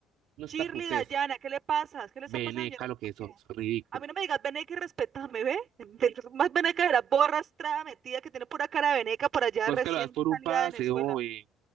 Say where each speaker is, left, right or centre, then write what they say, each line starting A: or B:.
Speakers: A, on the right (about 75°); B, on the right (about 40°).
A: No
B: Shirley,
A: está putesca.
B: Dayana, ¿qué le pasa? ¿Qué le
A: Veneca,
B: está pasando, señora?
A: lo que
B: Sofía?
A: eso, es ridículo.
B: A mí no me digas veneca y respetame, ¿ve? <laughs> Más veneca de la borra estrada metida que tiene pura cara de veneca por allá
A: Pues
B: recién
A: que lo das por un
B: salida
A: pase,
B: de Venezuela.
A: oye.